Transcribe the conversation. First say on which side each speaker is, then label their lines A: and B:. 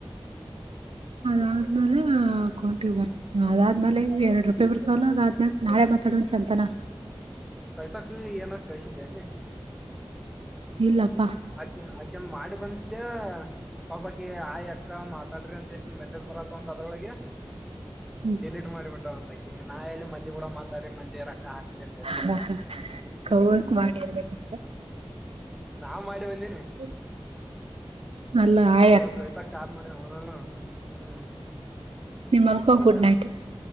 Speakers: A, on the right (about 80°); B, in the centre.
A: ಅದಾದ್ಮೇಲೆ ಅಕೌಂಟಿಗ ಬರ್ತವ ಅದಾದ್ಮೇಲೆ ಎರಡ್ ರೂಪಾಯಿ ಬರ್ತಾವಲ್ಲ ಅದಾದ್ಮೇಲೆ ನಾಳೆ ಮಾತಾಡೋಣ ಚೆಂತನ್
B: ಸವಿತ ಅಕ್ಕಗ ಏನರೇ ಕಳಿಸಿದ್ದೇನ ನೀ
A: ಇಲ್ಲಪ್ಪ
B: ಅಕಿಂದ್ ಅಕಿಂದ್ ಮಾಡಿ ಬಂದಿದ್ದೆ ಪಾಪ ಅಕಿಗ್ ಆಯ್ ಅಕ್ಕ ಮಾತಾಡ್ರಿ ಅಂತೆಸಿಂದ್ ಮೆಸೇಜ್ ಬರತ್ತವ್ ಅಂತ ಅದ್ರೊಳಗೆ
A: ಹ್ಮ್
B: ಡಿಲೀಟ್ ಮಾಡಿಬಿಟ್ಟಲ ಅಂತಕಿ ನಾ ಎಲ್ಲಿ ಮಂದಿ ಗೂಡ ಮಾತಾಡಿ ಮಂದಿಗ್ ರೊಕ್ಕ ಹಾಕ್ಲಿ ಅಂತ
A: ಹಾ ಹ್ <unintelligible> ಮಾಡಿ ಇರ್ಬೇಕಂತ
B: ನಾವ್ ಮಾಡಿವ್ ಅಂದಿನಿ
A: <inaudible> ಅಲ್ಲ್
B: ಹ್ಮ್ ಕವಿತಕ್ಕ ಕಾಲ ಮಾಡ್ಯಾಳ ಹ್ಮ್ ಹ್ಮ್
A: ನಿ ಮಲ್ಕೋ
B: ಅದಕ್ಕ
A: ಗುಡ್ ನೈಟ್